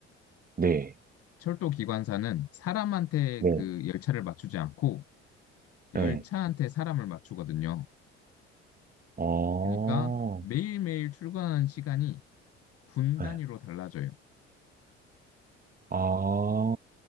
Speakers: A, on the right; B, on the left.
A: 네.
B: 철도 기관사는 사람한테
A: 네.
B: 그 열차를 맞추지 않고 열차한테
A: 네.
B: 사람을 맞추거든요.
A: 어,
B: 그러니까 매일매일 출근하는 시간이 분
A: 네.
B: 단위로 달라져요.
A: 아,